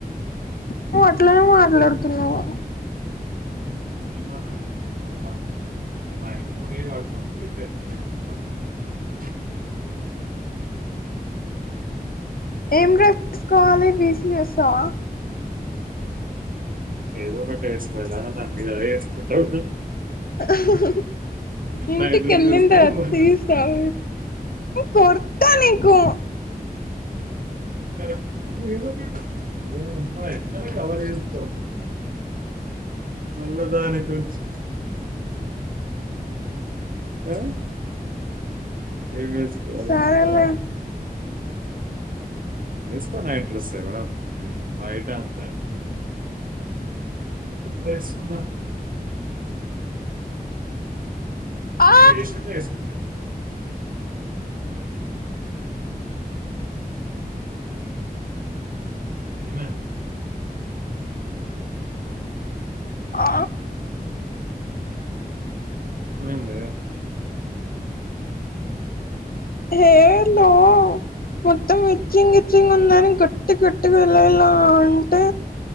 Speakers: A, on the left (about 65°); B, on the right (about 60°).
A: నువ్వు అట్లానే మాట్లాడుతున్నావ
B: ఏమన్నా అంటే ఇంకా వాని ఏమి అడిగినవాడే కంప్లీట్ <unintelligible>
A: ఏం <unintelligible> తీసుకోవాలి వీసి వేస్తావా
B: ఏదో ఒకటి వేసుకో ఏంది అన్న దాన్ని మీదే నే వేసుకుంటావు
A: హహహ ఇంటికి
B: నైట్ డ్రెస్
A: వెళ్ళిన
B: వేసుకోవాలి
A: తర్వాత తీసిస్తావా కొడతా నీకు
B: కరెక్ట్ ఐ కదా ఏదో ఒక్కటి ఓరి అమ్మ ఎట్లా అయినా కవర్ చేసుకో మొత్తానికి అన్నదానికి కోచ్చు హహహ ఆ ఏమీ వేసుకోవాలి
A: సరేలే
B: <unintelligible> వేస్తా నైట్ అడ్రస్ అయినా తుంది బయట అంతా ఉబ్బరిస్తుందా
A: ఆ
B: ఇప్పుడు వేసిందే వేసుకో ఇక ఏం అయింది
A: ఆ
B: ఏమైందే
A: హెయిర్ లో మొత్తం ఇచ్చింగ్ ఇచ్చింగ్ ఉందని గట్టి గట్టిగా ఇలా ఇలా అంటే